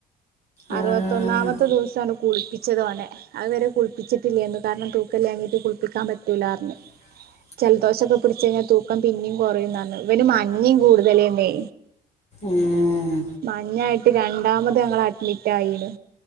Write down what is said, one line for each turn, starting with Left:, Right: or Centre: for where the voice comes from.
Left: ഏഹ്
Right: അറുവത്തൊന്നാമത്ത ദിവസമാണ് കുളിപ്പിച്ചത്തോനെ അതുവരെ കുളിപ്പിച്ചിട്ടില്ലേന്ന് കാരണം തൂക്കല്ലാഞ്ഞിട്ട് കുളിപ്പിക്കാൻ പറ്റൂല്ല ആർന്നു
Left: ഉ <inaudible>
Right: ജലദോഷമൊക്കെ പിടിച്ച് കഴിഞ്ഞാൽ തൂക്കം പിന്നയും കുറയുന്നാണ് ഇവന് മഞ്ഞയും കൂടുതലന്നേ
Left: ഏഹ്
Right: മഞ്ഞായിട്ട് രണ്ടാമത് ഞങ്ങള് അഡ്മിറ്റ് ആയിണ്